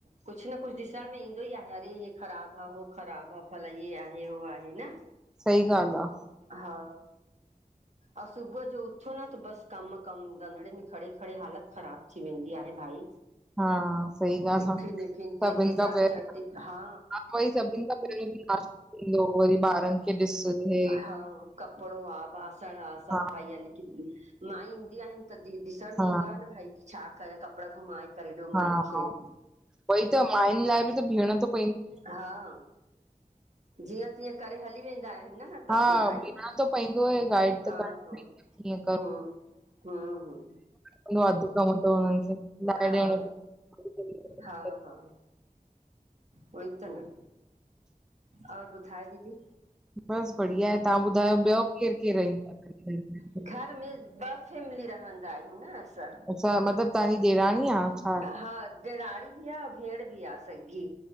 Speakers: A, on the right; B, in the centre.
A: कुझु न कुझु ॾिसण में ईंदो ई आहे। अरे! हे ख़राब आ, हो ख़राब हा भला ये आहे, हो आहे न?
B: सही ॻाल्हि आ।
A: हा अ सुुबुह जो छो न त बसि कमु- कमु रंधिणे में खड़े- खड़े हालति ख़राबु थी वेंदी आहे भाई।
B: हा सही ॻाल्हि
A: टिफिन
B: आ,
A: विफिन ते
B: सभिनि
A: ते
B: खां
A: चार
B: पहिरयो
A: चार टि हा
B: वरी सभिनि खां पहिरियों नाश्तो हूंदो, वरी ॿारनि खे ॾिस हे
A: हा कपड़ो आ, बासण आ सभु
B: हा
A: भाई न माई ईंदियूं आहिनि त द ॾिसण में
B: हा
A: ईंदो आहे न भई छा? कपिड़ा घुमाए करे ॾियो
B: हा
A: माई खे
B: हा वई त, माइुनि लाइ बि त बीहणो थो प
A: हा, जीअं -तीअं करे हली वेंदा आहिनि। ह <inaudible> न त
B: हा
A: फ भाई
B: बीहणो त पवंदो आहे गाइड त
A: हा
B: कर
A: हा
B: कीअं
A: ह हु हु
B: <unintelligible>
A: हा
B: पवंदो।
A: हा- हा हुई त न और ॿुधाए दीदी?
B: बसि बढ़िया आहे। तव्हां ॿुधायो ॿियो केरु -केरु रंदो आहे घर में?
A: घर में बस <unintelligible> फैमिली रहंदा आहियूं न असां
B: अच्छा मतिलबु तव्हांजी ॾेराणी आ छा?
A: हा ॾेराड़ी बि आ भेॾं बि आ सॻी